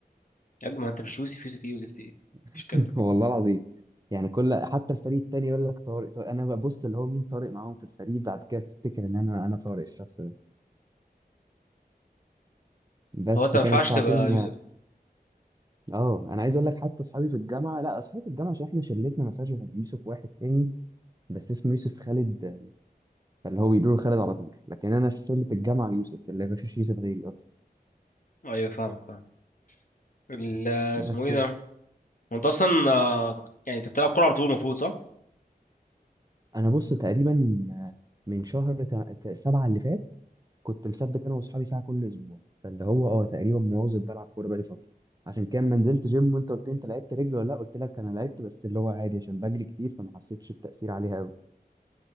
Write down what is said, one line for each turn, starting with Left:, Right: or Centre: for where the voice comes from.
Left: يا ابني ما انت مش يوسف يوسف ايه يوسف ايه مفيش
Right: <laughs>
Left: الكلام ده
Right: والله العظيم يعني كل حتى الفريق التاني يقول لك طارق طارق انا ببص اللي هو مين طارق معاهم في الفريق بعد كده افتكر ان انا انا طارق الشخص ده بس
Left: هو انت ما
Right: كانت
Left: ينفعش
Right: ساعتين
Left: تبقى يوسف
Right: اه انا عايز اقول لك حتى اصحابي في الجامعه لا اصحابي في الجامعه عشان احنا شلتنا ما فيهاش غير يوسف واحد تاني بس اسمه يوسف خالد فاللي هو بيقولوا له خالد على طول لكن انا في شله الجامعه يوسف اللي ما فيش يوسف غيري اصلا
Left: ايوه فاهمك اه ال- اسمه
Right: بس
Left: ايه ده هو انت اصلا آه، كنت- يعني انت بتلعب كوره على طول المفروض صح
Right: انا بص تقريبا من شهر تا- تا- سبعه اللي فات كنت مثبت انا واصحابي ساعه كل اسبوع فاللي هو اه تقريبا مواظب بلعب كوره بقالي فتره عشان كده ما نزلت جيم وانت قلت لي انت لعبت رجل ولا لا قلت لك انا لعبت بس اللي هو عادي عشان بجري كتير فما حسيتش التاثير عليها قوي